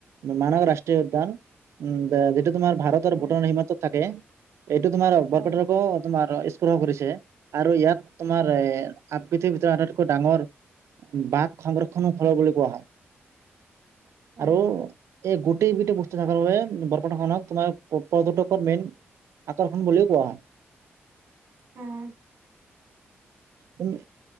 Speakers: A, on the right; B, on the right.
A: মানৱ ৰাষ্ট্ৰীয় উদ্যান উম, দে এইটো তোমাৰ ভাৰত আৰু
B: উম
A: ভূটানৰ সীমান্তত থাকে। এইটো তোমাৰ বৰপেটাৰকো
B: উম
A: তোমাৰ স্পৰ্শ কৰিছে। আৰু ইয়াত তোমাৰ এ আপ পৃথিবীৰ ভিতৰত আটাইতকৈ ডাঙৰ বাট সংৰক্ষণৰ ঠল বুলি কোৱা হয়,
B: উম
A: আৰু এই গোটেই গোটেই বস্তু সকলৰ বাবে বৰপেটাখনক তোমাৰ পৰ্যটকৰ মেইন আকৰ্ষণ বুলিও কোৱা
B: উম
A: তুমি